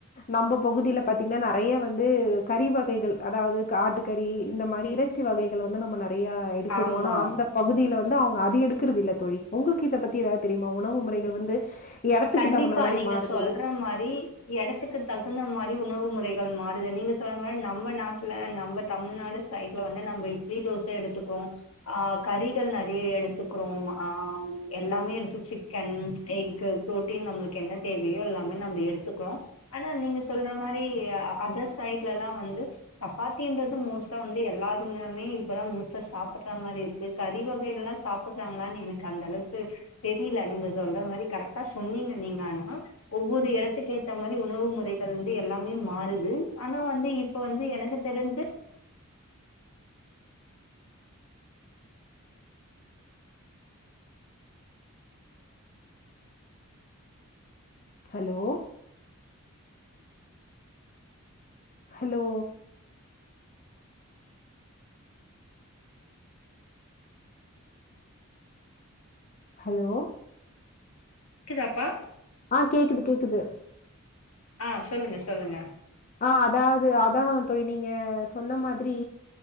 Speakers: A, on the left; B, on the left.
A: நம்ம பகுதில பாத்தீங்னா நெறைய வந்து கறி வகைகள் அதாவது காட்டுக்கறி இந்த மாரி ச்சி வகைகள வந்து நம்ம நெறைய எடுக்குறோ
B: ஆமா
A: ஆனா அந்த பகுதில வந்து அவங்க அது எடுக்கறதில்ல தோழி உங்களுக்கு இத பத்தி ஏதாது தெரியுமா உணவு முறைகள் வந்து எடத்துக்கு
B: கண்டிப்பா
A: தகுந்த மாரி
B: நீங்க
A: மாறுதுல்ல
B: சொல்ற மாறி எடத்துக்கு தகுந்த மாறி உணவு முறைகள் மாறுது நீங்க சொல்ற மாரி நம்ம நாட்டுல நம்ம தமிழ்நாடு சைட்ல வந்து நம்ம இட்லி தோச எடுத்துக்குவோ ஆ கறிகள் நெறைய எடுத்துக்குறோ ஆ எல்லாமே எடுத்து சிக்கன் எக்கு புரோட்டீன் நம்மளுக்கு என்ன தேவையோ எல்லாமே நம்ம எடுத்துக்குறோ ஆனா நீங்க சொல்ற மாரி அதர் சைட்லல்லா வந்து சப்பாத்தின்றது மோஸ்ட்டா வந்து எல்லாருமே இப்பல்லா மோஸ்ட்டா சாப்புட்ற மாறி இருக்கு கறி வகைகள்ல்லா சாப் க்குறாங்களான் எனக்கு அந்த அளவுக்கு தெரில்ல நீங்க சொல்ற மாறி கரெட்டா சொன்னீங்க நீங்க ஆனா ஒவ்வொரு எடத்துக்கு ஏத்த மாறி உணவு முறைகள் வந்து எல்லாமே மாறுது ஆனா வந்து இப் ப்ப வந்து எனக்கு தெரிஞ்சு
A: ஹலோ ஹலோ ஹலோ
B: க்குதாப்பா.
A: ஆ கேக்குது கேக்குது.
B: ஆ சொல்லுங்க சொல்லுங்க.
A: ஆ அதாவது அதா தோழி நீங்க சொன்ன மாத்ரி.